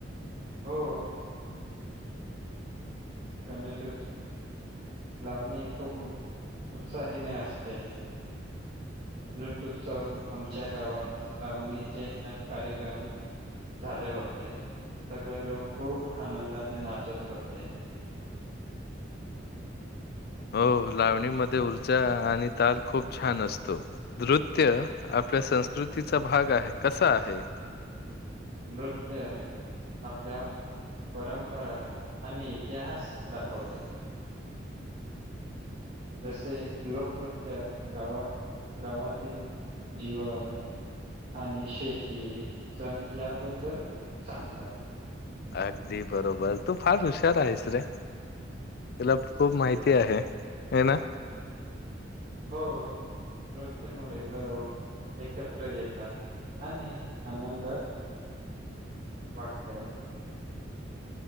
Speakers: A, on the right (about 50°); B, on the left (about 55°).
A: हो. त्यांट <inaudible> लावणी खूप उत्साहीने असते. उत्सव गावात लावणीचे कार्यक्रम, झाले होते सगळे लोक खूप आनंदाने नाचत होते.
B: हो लावणीमध्ये ऊर्जा आणि ताल खूप छान असतो. नृत्य आपल्या संस्कृतीचा भाग आहे. कसा आहे?
A: नृत्य आपल्या परंपरा आणि इतिहास दाखवते. जसे लोकनृत्य गावात गावातील जीवन- आणि शेती सण याबद्दल सांगतात.
B: अगदी बरोबर तू फार हुशार आहेस रे! तीला खूप माहिती आहे. हे ना.
A: हो. नृत्यामुळे लोक एकत्र येतात. आणि आनंद वाटतेय.